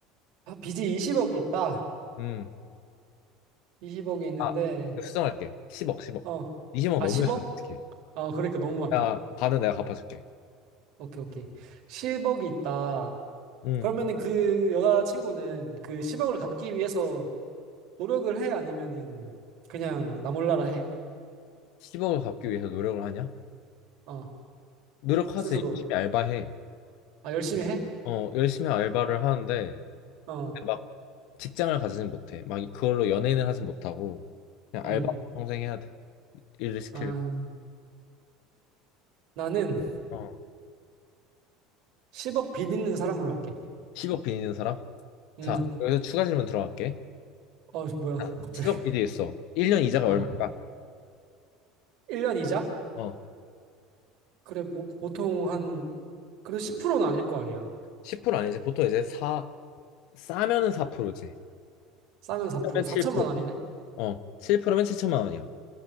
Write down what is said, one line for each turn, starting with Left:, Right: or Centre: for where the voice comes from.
Right: 아, 빚이 20억이 있다.
Left: 음.
Right: 20억이 있는데,
Left: 아 수정할게 10억 10억
Right: 어.
Left: 20억
Right: 아,
Left: 넘으면
Right: 10억?
Left: 어떡해
Right: 어, 그러니까 너무 많다.
Left: 야 반은 내가 갚아줄게
Right: 오케이, 오케이. 10억이 있다.
Left: 음
Right: 그러면은 그 여자친구는 그 10억을 갚기 위해서 노력을 해? 아니면은 그냥 나 몰라라 해?
Left: 10억을 갚기 위해서 노력을 하냐
Right: 어,
Left: 노력하지
Right: 스스로.
Left: 열심히 알바해
Right: 아, 열심히 해?
Left: 어 열심히 알바를 하는데
Right: 어,
Left: 막 직장을 가지진 못해 막 그걸로 연예인을 하진 못하고 그냥
Right: 음.
Left: 알바 평생 해야 돼 일을 시키려면
Right: 아, 나는
Left: 어
Right: 10억 빚 있는 사람으로 할게.
Left: 10억 빚 있는 사람
Right: 음.
Left: 자 여기서 추가 질문 들어갈게
Right: 어, 뭐야,
Left: 자,
Right: 갑자기.
Left: 10억 빚이 있어 1년 이자가
Right: 어.
Left: 얼마일까
Right: 1년 이자?
Left: 어
Right: 그래, 뭐, 보통 한, 그래도 10%는 아닐 거 아니야.
Left: 10% 아니지. 보통 이제 사 싸면은 4%지.
Right: 싸면 4%,
Left: 싸면
Right: 4천만
Left: 7%.
Right: 원이네?
Left: 어, 7%면 7천만 원이야.